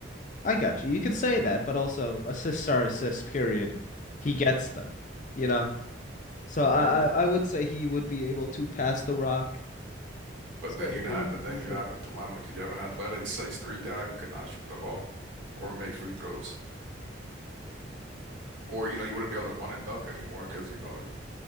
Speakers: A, on the left; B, on the right.
A: I got you. You could say that, but also assists are assists, period. He gets them, you know? So I,
B: Uh,
A: I I would say he would be able to pass the rock.
B: But
A: So
B: then you'd
A: he
B: have,
A: would be
B: but
A: decent.
B: then you'd have a dilemma because you have an athletic six three guy who cannot shoot the ball or make free throws. Or, you know, you wouldn't be able to run and dunk anymore because, you know,